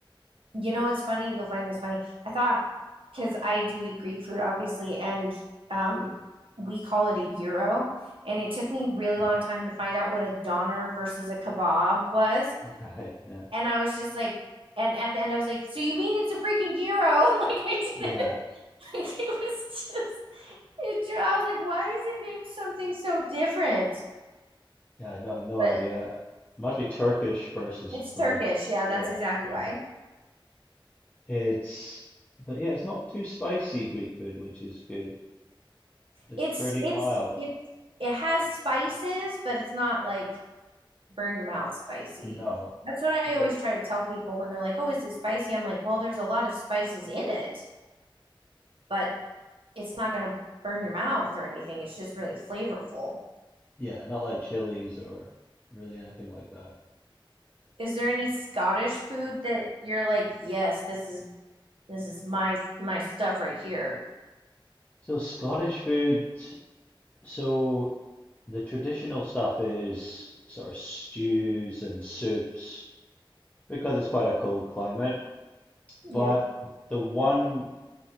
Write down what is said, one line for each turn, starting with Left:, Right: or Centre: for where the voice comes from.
Right: you know, it's funny. You'll find this funny. I thought, because I do eat Greek food, obviously, and um, we call it a gyro. And it took me really
Left: Right.
Right: long time to find out what a doner versus a kebab was.
Left: Right. Yeah.
Right: And I was just like, and at the end, I was like, so you mean it's a freaking gyro? <laughs> Like, I didn't,
Left: Yeah.
Right: <laughs> like, it was just, it, I was like, why is it named something so different?
Left: Yeah. No, I have no
Right: But
Left: idea. Must be Turkish versus
Right: it's
Left: Greek.
Right: Turkish. Yeah,
Left: Yeah.
Right: that's exactly
Left: Right.
Right: why.
Left: It's, but yeah, it's not too spicy Greek food, which is good. It's
Right: it's
Left: pretty
Right: it's
Left: mild.
Right: it's it has spices, but it's not like burn your mouth spicy.
Left: No.
Right: That's what I
Left: Not
Right: always
Left: as,
Right: try to tell people when they're like, "Oh, is it spicy?" I'm like, "Well, there's a lot of spices in it, but it's not going to burn your mouth or anything. It's just really flavorful."
Left: yeah, not like chilies or really anything like that.
Right: Is there any Scottish food that you're like, "Yes, this is this is my my stuff right here."
Left: So Scottish food, so the traditional stuff is sort of stews and soups because it's quite a cold climate.
Right: Yeah,
Left: But the one